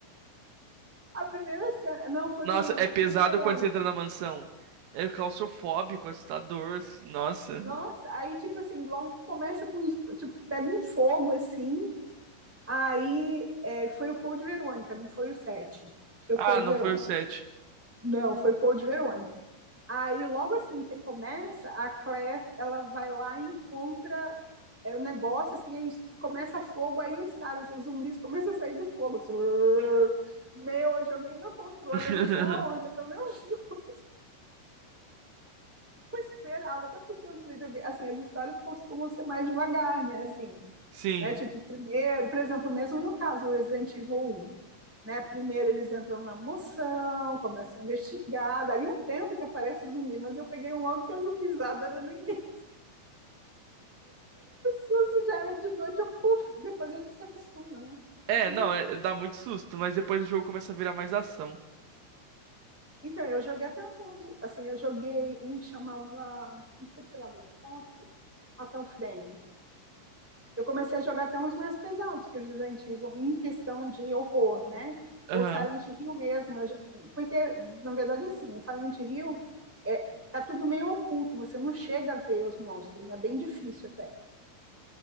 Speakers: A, in the centre; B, on the right (about 80°).
A: A primeira cena, não, foi
B: Nossa,
A: o
B: é pesado
A: Como de Verônica.
B: quando você entra na mansão. É claustrofóbico, assustador. Nossa.
A: Nossa, aí tipo assim, logo começa com, tipo, pega um fogo assim, aí é, foi o Code Verônica, não foi o 7, foi
B: Ah,
A: o Code
B: não
A: Verônica.
B: foi o 7.
A: Não, foi Code Verônica. Aí, logo assim que começa, a Claire, ela vai lá e encontra é, o negócio, assim, aí começa fogo, aí os caras, os zumbis começam a sair do fogo, assim, "Urr". meu, eu joguei meu controle,
B: <laughs>
A: eu não sei aonde, eu também não <laughs> esperava, até porque os videogames, assim, as histórias costumam ser mais devagar, né, assim,
B: Sim.
A: né, tipo, primeiro, por exemplo, mesmo no caso do Resident Evil um, né, primeiro eles entram na moção, começam a investigar, dali um tempo que aparece o zumbi, mas eu peguei um logo que a zumbizada era no início, susto já era de noite, eu, puf, depois a gente se acostuma, né?
B: É,
A: Depois
B: não,
A: a gente
B: é-
A: se acostuma.
B: dá muito susto, mas depois o jogo começa a virar mais ação.
A: Então, eu joguei até uns, uns- assim, eu joguei um que chamava, um que você tirava foto, até o frame. Eu comecei a jogar até uns mais pesados que é o Resident Evil, em questão de horror, né?
B: Aham.
A: Ou Silent Hill mesmo, eu já- porque, na verdade, assim, o Silent Hill é, tá tudo meio oculto, você não chega a ver os monstros, né? Bem difícil até.